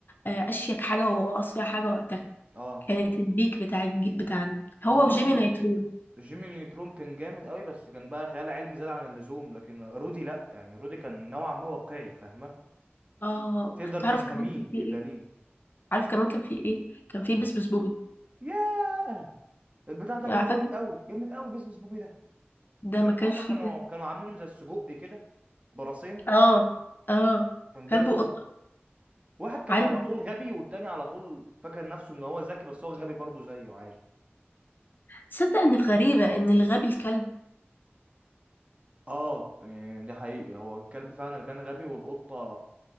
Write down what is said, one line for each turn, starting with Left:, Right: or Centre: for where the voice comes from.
Left: آه، اشيك حاجة واصيع حاجة وقتها
Right: آه
Left: كانت البيك بتاع الجيل بتاعنا هو
Right: وبرضه
Left: وجيمي نيترون
Right: جيمي نيوترون كان جامد قوي بس كان بقى خيال علمي زاد عن اللزوم لكن رودي لأ يعني رودي كان نوعا ما واقعي فاهمة
Left: اه
Right: تقدر
Left: تعرف
Right: تفهميه
Left: كمان كان في
Right: تقبليه
Left: ايه عارف كمان كان في ايه كان في
Right: كان
Left: بسبس بوبي
Right: ياه البتاع ده
Left: يعني
Right: كان جامد
Left: فاكر
Right: قوي جامد قوي بيس بيس بوبي ده
Left: ده
Right: فكرة
Left: ما
Right: ان
Left: كانش
Right: هم
Left: فيه
Right: كانوا
Left: ده
Right: كانوا عاملينهم زي السجق كده براسين
Left: اه اه
Right: كان
Left: كلب
Right: جامد
Left: وقطة
Right: قوي واحد كان
Left: عارف
Right: على طول غبي والتاني على طول فاكر نفسه ان هو ذكي بس هو غبي برضه زيه عادي
Left: تصدق ان الغريبة ان الغبي الكلب
Right: اه يعني ده حقيقي هو الكلب فعلا اللي كان غبي والقطة